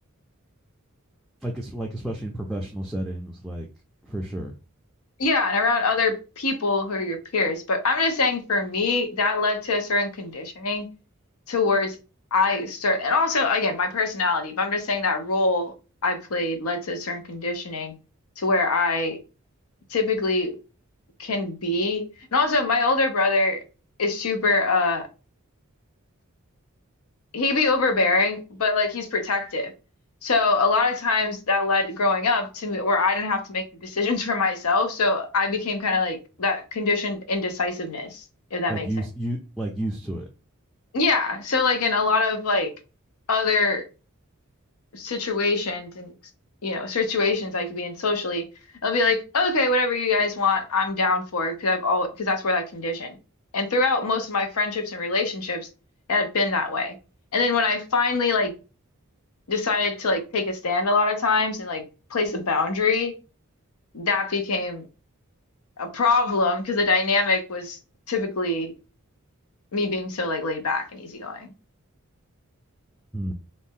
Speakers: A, in the centre; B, on the left.
A: Like it's like especially in professional settings, like for sure.
B: yeah, and around other people who are your peers. But I'm just saying for me, that led to a certain conditioning towards I start and also again my personality, but I'm just saying that role I played led to a certain conditioning to where I typically can be. And also my older brother is super uh he would be overbearing, but like he's protective. So a lot of times that led growing up to me where I didn't have to make the decisions <laughs> for myself. So I became kind of like that conditioned indecisiveness, if that
A: Like
B: makes
A: used
B: sense.
A: you like used to it.
B: Yeah. So like in a lot of like other situations and you know situations I could be in socially, I'll be like, okay, whatever you guys want, I'm down for because I've all because that's where that condition. And throughout most of my friendships and relationships, it had been that way. And then when I finally like decided to like take a stand a lot of times and like place a boundary, that became a problem because the dynamic was typically me being so like laid back and easygoing.
A: Hmm.